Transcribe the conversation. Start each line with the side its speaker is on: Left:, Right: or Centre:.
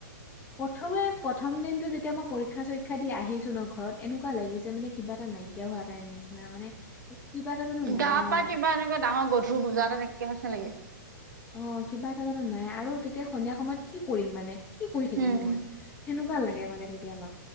Left: প্ৰথমে প্ৰথম দিনটো যেতিয়া মই পৰীক্ষা চৰীক্ষা দি আহিছো ন ঘৰত এনেকুৱা লাগিছে মানে। কিবা এটা নাইকিয়া হোৱাটাই নিচিনা মানে। কিবা এটা জানো নাই
Right: গা পা কিবা এনেকুৱা ডাঙৰ গধুৰ বুজা তেনেকে হৈছে নেকি।
Left: অ', কিবা এটা জানো নাই আৰু তেতিয়া সন্ধিয়া সময়ত কি কৰিম মানে কি কৰি থাকিম
Right: উম
Left: মই সেনেকা। ভাল লাগে মানে কেতিয়াবা।